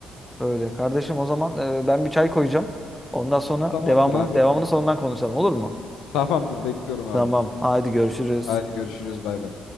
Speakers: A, in the centre; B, on the left.
A: Öyle. Kardeşim o zaman e, ben bir çay koyacağım. Ondan sonra
B: Tamamdır
A: devamını
B: abi.
A: devamını sonundan konuşalım olur mu?
B: Tamamdır bekliyorum abi.
A: Tamam. Haydi görüşürüz.
B: Hadi görüşürüz bay bay.